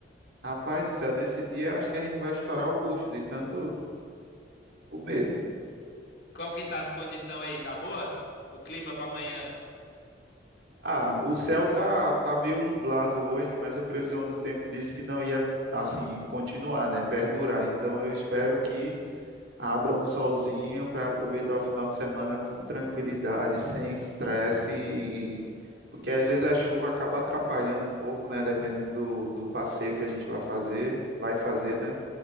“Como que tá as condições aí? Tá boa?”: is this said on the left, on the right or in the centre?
Left